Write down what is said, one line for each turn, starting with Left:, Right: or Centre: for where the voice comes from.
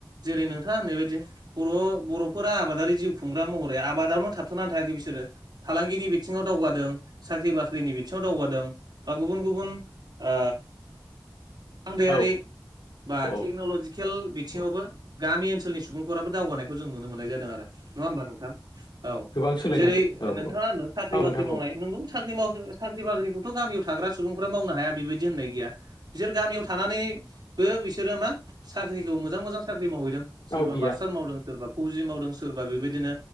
Right: जेरै नोंथाङा होननायबायदि बर' बर'फोरा आबादारि जिउ खुंग्रा महरै आबादावनो थाबथानानै थायाखै बिसोरो। फालांगिनि बिथिङाव दावगादों साख्रि बाख्रिनि बिथिङाव दावगादों बा गुबुन गुबुन ओ आंदायारि
Left: औ
Right: बा
Left: औ
Right: टेक्न'लजि खेल बिथिङावबो
Left: औ।
Right: गामि ओनसोलनि सुबुंफोराबो दावगानायखौ जों नुनो मोननाय जादों आरो। नङा होमबा नोंथां? औ
Left: गोबां सोलायनाय
Right: जेरै
Left: फै- औ औ
Right: नोंथाङा साख्रि
Left: औ
Right: बाख्रि
Left: नोंथां
Right: मावनाय
Left: औ
Right: नंगौ। साख्रि माव साख्रि बाख्रिखौथ' गामियाव थाग्रा सुबुंफ्रा मावनो हाया बेबायदि होननाय गैया। बिसोर गामियाव थानानैबो बिसोरो मा साख्रिखौ मोजां मोजां साख्रि मावहैदों। सोरबा
Left: औ गैया
Right: मास्टार मावदों सोरबा फौजि मावदों सोरबा बेबायदिनो